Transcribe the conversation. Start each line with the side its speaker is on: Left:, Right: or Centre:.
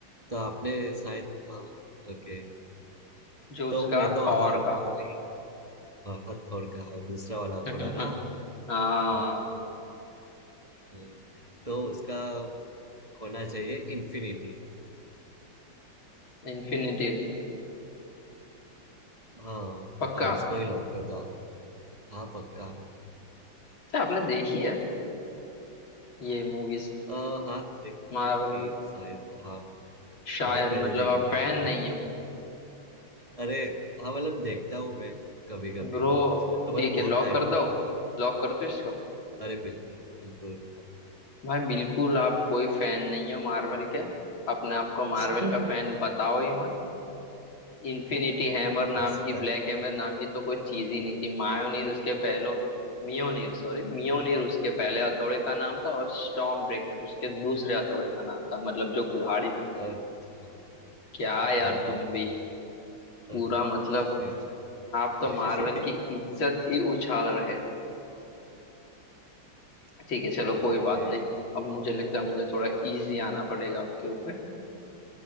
Right: तो आपने शायद हाँ ओके
Left: जो उसका
Right: तो मैं तो
Left: थॉर
Right: हाँ
Left: का
Right: तो अभी हाँ, हथौड़ का हाँ, दूसरा वाला हथौड़ा
Left: <laughs>
Right: ना
Left: हाँ
Right: हाँ हम्म, तो उसका होना चाहिए इन्फिनिटी
Left: इन्फिनिटी
Right: हाँ
Left: पक्का
Right: हाँ इसको ही लॉक कर दो हाँ पक्का
Left: क्या आपने देखी है ये मूवीज
Right: आ, हाँ देखी
Left: मार्वल
Right: थी
Left: की
Right: शायद हाँ
Left: शायद
Right: बहुत पहले
Left: मतलब
Right: देखी
Left: आप
Right: थी
Left: फैन
Right: हाँ
Left: नहीं हो
Right: अरे हाँ मतलब देखता हूँ मैं कभी कभी
Left: ब्रो
Right: मतलब
Left: ठीक
Right: बहुत
Left: है लॉक
Right: टाइम
Left: कर
Right: हो
Left: दो
Right: गया
Left: लॉक कर दो इसको
Right: अरे बिल्कुल बिल्कुल हाँ।
Left: भाई बिल्कुल आप कोई फैन नहीं हो मार्वल के अपने आप को
Right: <laughs>
Left: मार्वल का फैन बताओ ही मत इन्फिनिटी हैमर नाम
Right: अच्छा
Left: की ब्लैक हैमर नाम की तो कोई चीज ही नहीं थी मायोनीर उसके पहलो मियोनीर सॉरी मियोनीर उसके पहले हथौड़े का नाम था और स्टॉर्म ब्रेकर उसके दूसरे हथौड़े का नाम था मतलब जो कुल्हाड़ी थी
Right: अच्छा
Left: क्या यार
Right: हाँ
Left: तुम
Right: हाँ
Left: भी
Right: अरे
Left: पूरा मतलब
Right: शिट
Left: आप तो
Right: <laughs>
Left: मार्वल की इज्जत ही उछाल रहे हो ठीक है चलो कोई
Right: ओके
Left: बात नहीं अब मुझे लगता है मुझे थोड़ा इजी आना पड़ेगा आपके ऊपर